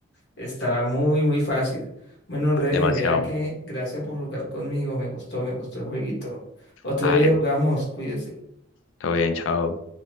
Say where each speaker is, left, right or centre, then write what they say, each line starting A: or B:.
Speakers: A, on the left (about 60°); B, on the left (about 75°).
A: Estaba muy, muy fácil. Bueno, Rey,
B: demasiado.
A: vea que gracias por jugar conmigo. Me gustó, me gustó el jueguito. Otro
B: Vale,
A: día jugamos, cuídese.
B: todo bien, chao.